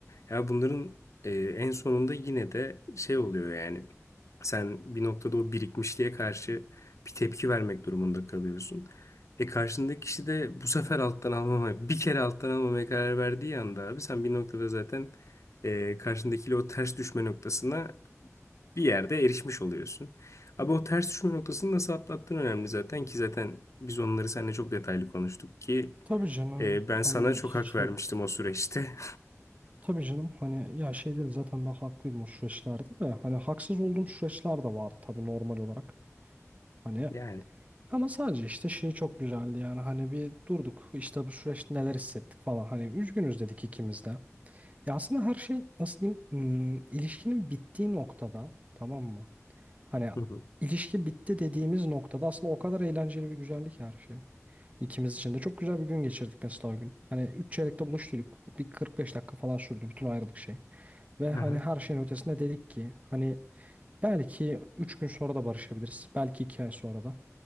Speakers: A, on the left; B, on the right.
A: Ya bunların e, en sonunda yine de şey oluyor yani. Sen bir noktada o birikmişliğe karşı bir tepki vermek durumunda kalıyorsun. E karşındaki kişi de bu sefer alttan almamaya, bir kere alttan almamaya karar verdiği anda abi sen bir noktada zaten e, karşındakiyle o ters düşme noktasına bir yerde erişmiş oluyorsun. Abi o ters düşme noktasını nasıl atlattığın önemli zaten ki zaten biz onları seninle çok detaylı konuştuk ki
B: Tabii canım
A: e, ben sana
B: hani
A: çok
B: hiç
A: hak vermiştim
B: şey yok.
A: o süreçte.
B: Tabii canım hani ya şey değil zaten ben haklıydım o süreçlerde de hani haksız olduğum süreçler de vardı tabii normal olarak.
A: <laughs>
B: Hani
A: Yani.
B: ama sadece işte şey çok güzeldi yani hani bir durduk işte bu süreçte neler hissettik falan hani üzgünüz dedik ikimiz de. Ya aslında her şey nasıl diyeyim hmm, ilişkinin bittiği noktada tamam mı? Hani
A: Hı hı.
B: ilişki bitti dediğimiz noktada aslında o kadar eğlenceli ve güzellik her şey. İkimiz için de çok güzel bir gün geçirdik mesela o gün. Hani üç çeyrekte buluştuk. Bir 45 dakika falan sürdü bütün ayrılık şeyi. Ve hani
A: Aha.
B: her şeyin ötesinde dedik ki hani belki 3 gün sonra da barışabiliriz. Belki 2 ay sonra da.